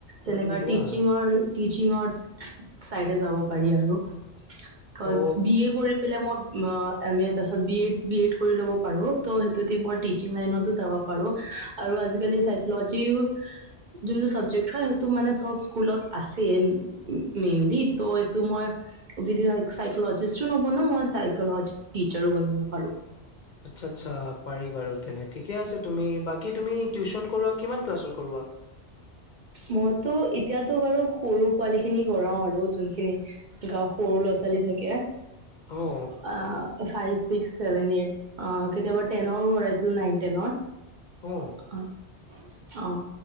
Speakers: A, on the left; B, on the right.
A: অ
B: তেনেকা
A: তুমি লোৱা
B: টিচিঙৰ টিচিঙৰ চাইডে যাব পাৰি আৰু কজ্জ
A: অ
B: বি এ কৰি- পে মই এম এ তাৰ পিছত বি এড বি এড কৰি ল'ব পাৰো ত' সেইটোতে মই টিচিং লাইনতো যাব পাৰো। আৰু আজিকালি চাইকলজিও- যোনটো চাবজেক্ট হয় সেইটো মানে চব স্কুলত আছে। মেইনলি ত' এইটো মই যদি হয়। চাইকেলজিষ্টো নবনো মই চাইকেলজ টিচাৰো বনিব পাৰোঁ।
A: আচ্ছা আচ্ছা পাৰি বাৰু তেনে ঠিকে আছে তুমি বাকী তুমি টিউশচন কৰোৱা কিমান ক্লাছৰ কৰোৱা?
B: মইতো এতিয়াতো বাৰু সৰু পোৱালি খিনি কৰাও আৰু যোনখিনি- গাৱত সৰু ল'ৰা ছোৱালী থাকে।
A: অঁ।
B: অঁ ফাইভ ছিক্স ছেভেন এইট অঁ কেতিয়াবা টেনৰো ভৰাইছিলো নাইন টেনৰ।
A: অ
B: অঁ অঁ